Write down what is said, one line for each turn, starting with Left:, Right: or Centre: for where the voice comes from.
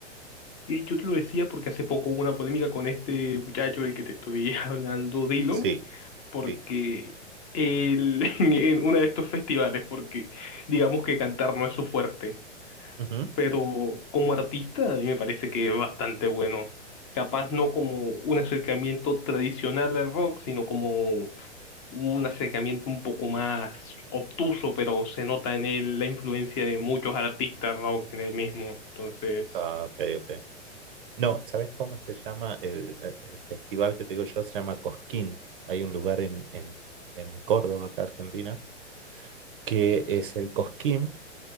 Left: Y yo te lo decía porque hace poco hubo una polémica con este muchacho del que te estoy <laughs> hablando, Dylan,
Right: Sí,
Left: porque
Right: sí.
Left: él <laughs> en uno de estos festivales, porque digamos que cantar no es su fuerte.
Right: Ujú.
Left: pero como artista a mí me parece que es bastante bueno. Capaz no como un acercamiento tradicional al rock, sino como un acercamiento un poco más obtuso, pero se nota en él la influencia de muchos artistas rock en él mismo. Entonces,
Right: Ah, ok, ok. No, ¿sabes cómo se llama el, eh, el festival que te digo yo? Se llama Cosquín. Hay un lugar en, en, en Córdoba, acá Argentina, que es el Cosquín,